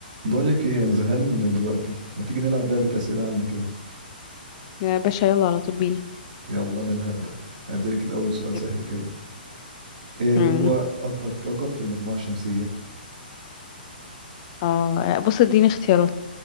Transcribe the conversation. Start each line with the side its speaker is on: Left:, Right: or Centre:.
Right: بقول لك ايه انا زهقان دلوقتي ما تيجي نلعب لعبة أسئلة عامة كده
Left: يا باشا يلا على طول بينا
Right: يلا انا اللي هبدأ اديلك الاول سؤال
Left: يب.
Right: سهل كده ايه هو
Left: مم.
Right: اكبر كوكب في المجموعة الشمسية
Left: اه لا، بص اديني اختيارات